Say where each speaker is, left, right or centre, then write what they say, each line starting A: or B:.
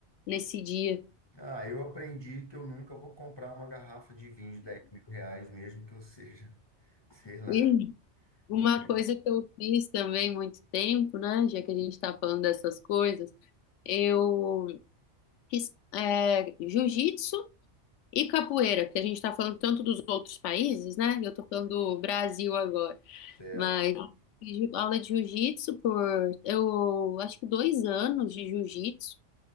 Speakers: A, on the left; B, on the left.
A: nesse dia.
B: Ah, eu aprendi que eu nunca vou comprar uma garrafa de vinho de dez mil reais, mesmo que eu seja, <laughs> sei
A: <laughs>
B: lá,
A: Uma
B: entendeu?
A: coisa que eu fiz também muito tempo, né? Já que a gente está falando dessas coisas, eu fiz é, jiu-jitsu e capoeira, porque a gente está falando tanto dos outros países, né? Eu estou falando do Brasil agora,
B: Certo.
A: mas fiz aula de jiu-jitsu por eu acho que dois anos de jiu-jitsu